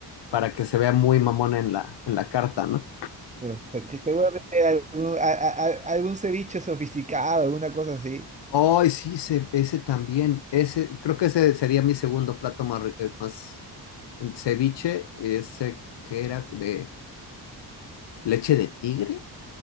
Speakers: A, on the left (about 80°); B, on the right (about 15°).
A: para que se vea muy mamón en la, en la carta, ¿no?
B: <laughs> Pero, o sea, que seguramente algún, a- a- a- algún ceviche sofisticado, alguna cosa así.
A: Ay, sí, se- ese también, ese, creo que ese sería mi segundo plato más, ri- eh, más el ceviche, ese que era de leche de tigre.